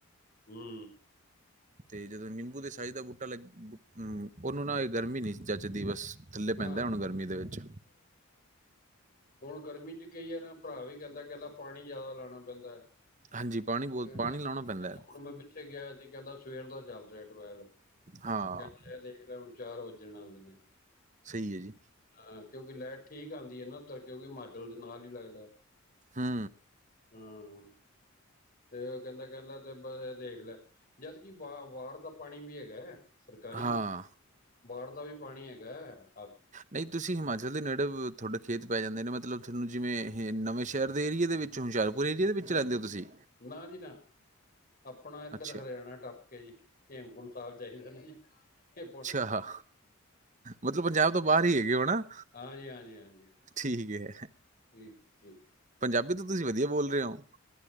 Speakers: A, on the left; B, on the right.
A: ਹੂੰ।
B: ਤੇ ਜਦੋਂ ਨਿੰਬੂ ਦੇ ਸਾਈਜ਼ ਦਾ ਬੂਟਾ ਲੱਗੇ, ਹੂੰ, ਉਹਨੂੰ ਨਾ ਏ ਗਰਮੀ ਨਹੀਂ ਜਚਦੀ ਬਸ। ਥੱਲੇ
A: <unintelligible>
B: ਪੈਂਦਾ ਹੁਣ ਗਰਮੀ ਦੇ ਵਿੱਚ
A: ਹੁਣ ਗਰਮੀ ਚ ਕਈ ਅਰਾਂ ਭਰਾ ਵੀ ਕਹਿੰਦਾ, ਕਹਿੰਦਾ ਪਾਣੀ ਜ਼ਿਆਦਾ ਲਾਨਾ ਪੈਂਦਾ।
B: ਹਾਂਜੀ ਪਾਣੀ <unintelligible>
A: <unintelligible>
B: ਲਾਉਣਾ ਪੈਂਦਾ ਹੈ।
A: ਹੁਣ ਮੈਂ ਪਿੱਛੇ ਗਯਾ ਹੋਯਾ ਸੀ ਕਹਿੰਦਾ ਸਵੇਰ ਦਾ ਚੱਲ ਰਿਹਾ ਟੂਵੈਲ
B: ਹਾਂ
A: ਕਹਿੰਦਾ ਐਹ ਦੇਖ ਲੈ ਹੁਣ ਚਾਰ ਵੱਜਣ ਆਲੇ ਨੇ।
B: ਸਹੀ ਏ ਜੀ।
A: ਹਾਂ ਕਿਉਂਕਿ ਲੈਟ ਠੀਕ ਆਂਦੀ ਏ ਨਾ ਉੱਧਰ ਕਿਉਂਕਿ ਹਿਮਾਚਲ ਦੇ ਨਾਲ ਈ ਲੱਗਦਾ।
B: ਹੂੰ।
A: ਹੂੰ, ਫ਼ੇਰ ਉਹ ਕਹਿੰਦਾ, ਕਹਿੰਦਾ ਬਸ ਇਹ ਦੇਖ ਲੈ। ਜਦਕਿ ਵਾ ਵਾੜ ਦਾ ਪਾਣੀ ਵੀ ਹੈਗਾ ਹੈ ਸਰਕਾਰੀ।
B: ਹਾਂ
A: ਵਾੜ ਦਾ ਵੀ ਪਾਣੀ ਹੈਗਾ ਹੈ।
B: ਨਹੀਂ ਤੁਸੀਂ ਹਿਮਾਚਲ ਦੇ ਨੇੜੇ ਤੁਵਾਡੇ ਖੇਤ ਪੈ ਜਾਂਦੇ ਨੇ ਮਤਲਬ ਤੁਸੀ ਜਿਵੇਂ ਨਵੇਂ ਸ਼ ਸ਼ਹਿਰ ਦੇ ਏਰੀਏ ਦੇ ਵਿੱਚੋ ਹੁਸ਼ਿਆਰਪੁਰ ਏਰੀਏ ਦੇ ਵਿੱਚ ਰਹਿੰਦੇ ਔ ਤੁਸੀ?
A: ਨਾ ਜੀ ਨਾ। ਆਪਣਾ ਐਧਰ
B: ਅੱਛਾ
A: ਹਰਿਆਣਾ ਟੱਪ ਕੇ ਜੀ ਹੇਮਕੁੰਟ ਸਾਹਬ ਜਾਈਦਾ ਹੈ ਨਾ ਜੀ ਹੇਪੁੰਟ
B: ਹਾ ਮਤਲਬ ਪੰਜਾਬ ਤੋਂ ਬਾਹਰ ਹੀ ਹੈਗੇ ਓ ਨਾ?
A: ਹਾਂਜੀ ਹਾਂਜੀ ਹਾਂਜੀ ਹਾਂਜੀ
B: ਠੀਕ ਹੈ
A: ਠੀਕ ਠੀਕ
B: ਪੰਜਾਬੀ ਤੇ ਤੁਸੀਂ ਵਦੀਆ ਬੋਲ ਰਹੇ ਹੋ